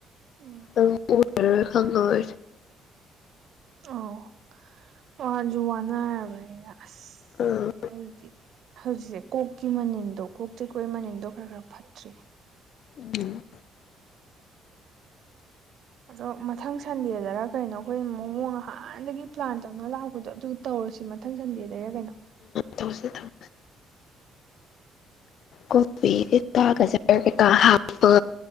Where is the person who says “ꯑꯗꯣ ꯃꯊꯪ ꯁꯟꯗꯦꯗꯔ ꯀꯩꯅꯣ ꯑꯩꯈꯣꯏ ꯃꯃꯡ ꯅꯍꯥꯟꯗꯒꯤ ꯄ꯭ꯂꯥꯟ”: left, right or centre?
Right